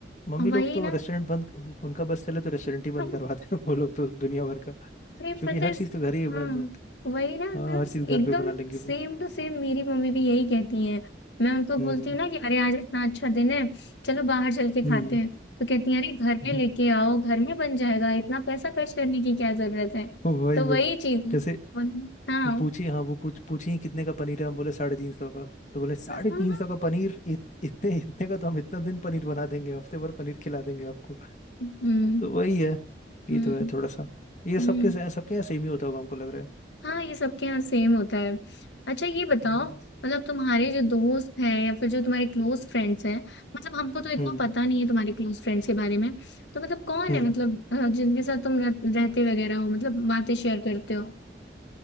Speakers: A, on the left; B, on the left.
A: मम्मी लोग
B: वही
A: तो
B: ना
A: रेस्टोरेंट बंद उनका बस चले तो रेस्टोरेंट ही बंद
B: <laughs>
A: करवाते हैं वो लोग तो दुनिया भर का
B: अरे
A: क्योंकि
B: पता
A: हर
B: है
A: चीज़ तो घर ही बन
B: हाँ वही ना एकदम
A: हाँ हर चीज घर
B: एकदम
A: पे बना लेंगे
B: सेम
A: वो
B: टू सेम मेरी मम्मी भी यही कहती है मैं उनको बोलती
A: हम्म
B: हूँ ना कि अरे आज इतना अच्छा दिन है चलो बाहर चल के खाते
A: हम्म
B: हैं तो कहती है अरे घर
A: हम्म,
B: में लेके आओ घर में बन जाएगा इतना पैसा खर्च करने की क्या जरूरत है
A: वही
B: तो
A: वही
B: वही चीज है
A: जैसे
B: और- हाँ हाँ
A: पूछी हाँ वो पूछ पूछी "ये कितने का पनीर है हम बोले साढ़े तीन सौ का तो बोले साढ़े
B: हाँ हाँ।
A: तीन सौ का पनीर इत, इतने इतने का तो हम इतना दिन पनीर बना देंगे हफ्ते भर पनीर खिला देंगे आपको
B: हम्म
A: तो वही है ये
B: हम्म
A: तो है थोड़ा सा ये
B: हम्म
A: सबके से- सबके यहाँ सेम ही होता होगा हमको लग रहा है
B: हाँ ये सबके यहाँ सेम होता है अच्छा ये बताओ
A: हम्म
B: मतलब तुम्हारे जो दोस्त हैं या फिर जो तुम्हारे क्लोज फ्रेंड्स हैं मतलब हमको तो इतना
A: हम्म
B: पता नहीं है तुम्हारे क्लोज फ्रेंड्स के बारे में तो मतलब कौन
A: हम्म
B: है मतलब अ, जिनके साथ तुम रह, रहते वगैरह हो मतलब बातें शेयर करते हो